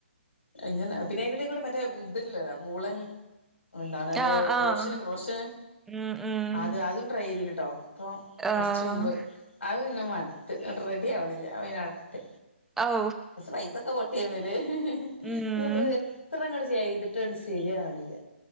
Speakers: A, on the left; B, in the centre.
A: എങ്ങനെ പിന്നെ അയ്ൻ്റെ എടകൂടെ മറ്റേ ഇത് ല്ലേ മൂളൻ എന്താണ്
B: ആഹ്
A: ക്രോശന്
B: ആഹ്
A: ക്രോഷന്
B: ഉം ഉം
A: അത് അതും ട്രൈ ചെയ്തിന് ട്ടോ പ്പം
B: ആഹ്
A: കൊർച്ച് മുമ്പ് അഹ് പിന്നെ മട്ത്ത് ഇങ്ങട്ട് റെഡി ആവണില്ല അപ ന്നെ അവ്ടെട്ട്
B: ഔ
A: കൊർച്ച് പൈസൊക്കെ പൊട്ടി അയ്മ്മല് ങ്ങട്ട്
B: ഉം
A: അഹ് എത്ര ങ്ങട്ട് ചെയ്തിട്ടും ആണ്ട് ശരിയാവ്ണില്ല